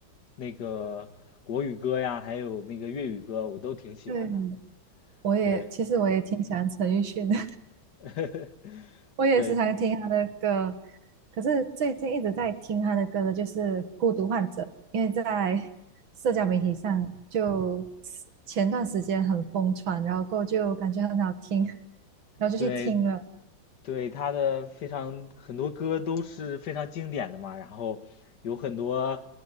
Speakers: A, on the left; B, on the right.
A: 那个国语歌呀，还有那个粤语歌，我都挺喜欢的。
B: 对，我也其实我也挺喜欢陈奕迅的，
A: 对，<laughs>
B: <laughs> 我也时常听他的歌。
A: 对
B: 可是最近一直在听他的歌的就是《孤独患者》，因为在社交媒体上就前段时间很疯传，然后过后就感觉很好听，<laughs> 然后就去听了
A: 对，对，他的非常很多歌都是非常经典的嘛，然后有很多